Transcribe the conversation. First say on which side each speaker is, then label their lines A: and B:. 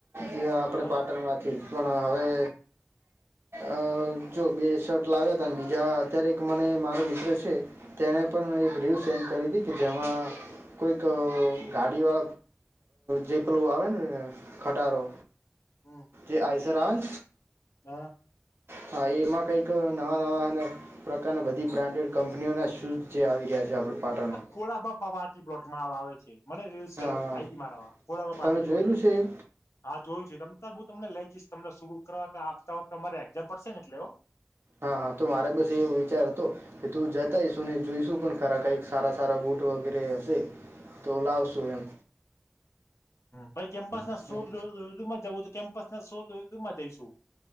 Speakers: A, on the right (about 50°); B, on the left (about 65°).
A: જે આપણે
B: હા
A: પાટણમાંથી પણ હવે. અ જો બે શર્ટ લાવ્યા ત બીજા અત્યારે એક મને મારો મિત્ર છે. તેને પણ એક રીલ સેન્ડ કરી હતી કે જેમાં કોઈક કાર્ય જેપલું આવે ને ખટારો.
B: હમ્મ.
A: એ આઈસરમ
B: હા.
A: હા એમાં કંઈક નવા નવા અને પ્રકારના બધી બ્રાન્ડેડ કંપનીઓના શૂઝ જે આવી રહ્યા છે આપણે પાટણમાં.
B: કોડાબપા પારી પ્લોટમાં આવે છે મને રેલ શર
A: હા હા
B: આ મારામાં કોડાબ પારી
A: તમે જોયેલું
B: પ્લોટ.
A: છે એવું
B: હા જોયું છે તમ તો હું તમને લઈ જઈશ તમને શરું કરવા તો આવતા વતે અરે એક્ઝામ પડશે ને એટલે હા.
A: હા હા તો મારે બસ એવું વિચારતો. કે તું જતા હઈશુ ને જોઈશું પણ ખરા કઈક સારા સારા બુટ વગેરે હશે તો લાવ સુું એમ.
B: પછ કેમ્પસ ના
A: એમ
B: સોર ઋદુમાં જવું તો કેમ્પસ ના સોર ઋદુ માં જઈશું.